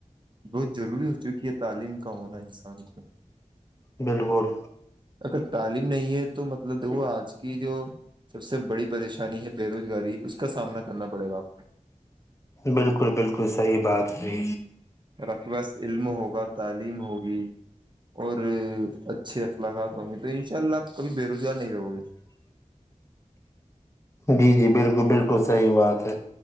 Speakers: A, on the right; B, on the left.
A: بہت ضروری ہو چکی ہے تعلیم کا ہونا انسان کا
B: بالکل
A: اگر تعلیم نہیں ہے تو مطلب دیکو آج کی جو سب سے بڑی پریشانی انی ہے بے روزگاری اس کا سامنا کرنا پڑے گا آپ
B: بالکل بالکل صحیح بات تی
A: رقوص علم ہوگا تعلیم ہوگی اور اچھے اخلاقات ہوں گے تو ان شاء اللہ آپ کبھی بے روزگار نہیں رہو گے
B: جی جی بالکل بالکل صحیح بات ہے